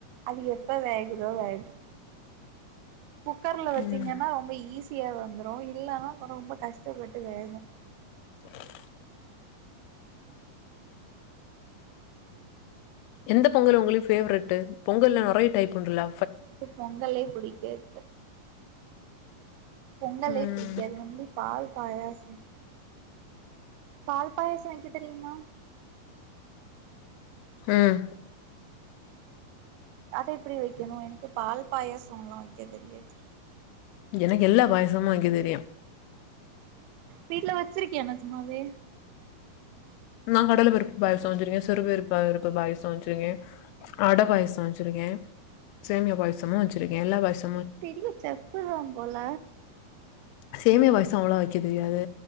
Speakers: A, on the right; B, on the left.
A: அது எப்ப வேகுதோ வேகு குக்கர்ல வச்சீங்கன்னா
B: ம்
A: ரொம்ப ஈ சீக்கிரம் வெந்துரும் இல்லன்னாங்க ரொம்ப கஷ்டப்பட்டு வேகும்
B: <inaudible> எந்த பொங்கல் உங்களையும் பேவரெட் பொங்கல்லல்ல நிறைய டைப் உண்டுலா
A: எனக்கு பொங்கலே புடிக்காது பொங்கலே
B: ம்
A: புடிக்க அது வந்து பால் பாயாசம் பால் பாயசம் வைக்க தெரியுமா
B: ஆஹம்
A: அத எப்படி வைக்கணும் எனக்கு பால் பாயாசம் எல்லாம் வைக்க தெரியாது
B: எனக்கு எல்லா பாயசமும் வைக்க தெரியும்
A: வீட்டு்ல வச்சிருக்கியா சும்மாவே
B: நான் கடல் வெருப்பு பாயசம் வச்சிருக்கேன் சிறுுவருப்பு வெருப்பு பாயசம் வச்சிருக்கேன் அடை பாயசம் வச்சிருக்கேன் சேமியா பாயசமும் வச்சிருக்கேன் எல்லா பாயசமும்
A: திரிய சப்புதான் போல
B: சேமியா பாய்சும் அவ்ளவ வைக்க தெரியாது